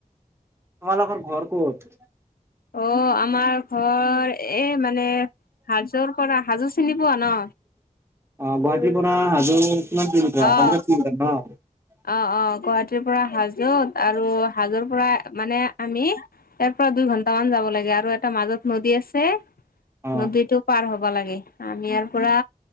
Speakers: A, on the right; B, on the left.
A: তোমালোকে ঘৰ ক'ত?
B: অ' আমাৰ ঘৰ এ মানে। হাজো পৰা হাজো চিনি পোৱা ন
A: অ' গুৱাহাটী পৰা হাজো কিমান কিলোমিটাৰ
B: অ',
A: <unintelligible> ন
B: অ', অ', গুৱাহাটীৰ পৰা হাজোত আৰু হাজৰ পৰা মানে আমি ইয়াৰ পৰা দুই ঘন্টা মান যাব লাগে আৰু আৰু এটা মাজত নদী আছে।
A: অ'
B: নদীতটো পাৰ হ'ব লাগে। আমি ইাৰ পৰা